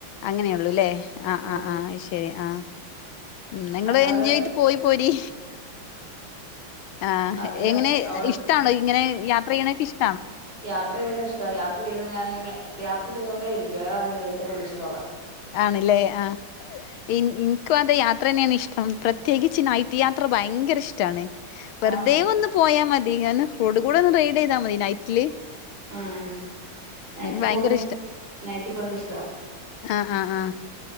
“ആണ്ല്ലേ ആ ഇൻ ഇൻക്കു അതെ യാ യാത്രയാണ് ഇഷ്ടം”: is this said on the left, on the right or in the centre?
Left